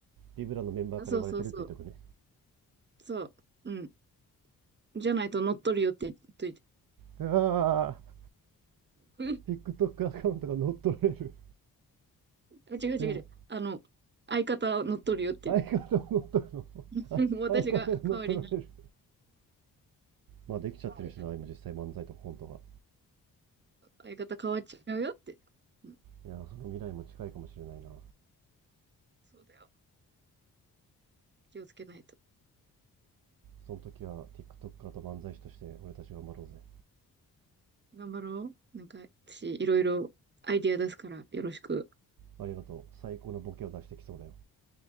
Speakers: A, on the right; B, on the right.
A: リブラのメンバーから言われてるって言っておくね
B: あ、そうそうそう。そう。うん。じゃないと乗っ取るよって言っといて。
A: ああ
B: <laughs> うん
A: TikTok アカウントが乗っ取られる
B: あ、違う違う違う。
A: でも
B: あの、相方は乗っ取るよって
A: 相方が乗っ取るのあ
B: <laughs>
A: <laughs>
B: 私が代わりに。
A: 相方が乗っ取られるまあできちゃってるしな今実際漫才とコントが
B: はい相方変わっちゃうよって。うん、
A: いやその未来も近いかもしれないな
B: そうだよ。気をつけないと。
A: その時は TikToker と漫才師として俺たち頑張ろうぜ
B: 頑張ろう。なんか、私、いろいろアイディア出すから、よろしく。
A: ありがとう最高のボケを出してきそうだよ